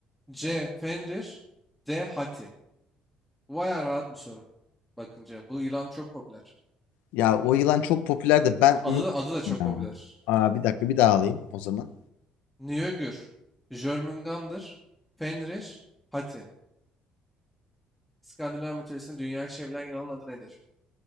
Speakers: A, in the centre; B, on the left.
A: C. Fenrir. D. Hati. Bu bayağı rahat bir soru. Bakınca bu yılan çok popüler.
B: Ya o yılan çok popüler de ben
A: Adı
B: unuttum
A: da, adı da çok
B: ya.
A: popüler.
B: Aa, bir dakika bir daha alayım o zaman.
A: Njögür. Jörmungandr. Fenrir. Hati. İskandinav mitolojisinde dünyayı çevrilen yılanın adı nedir?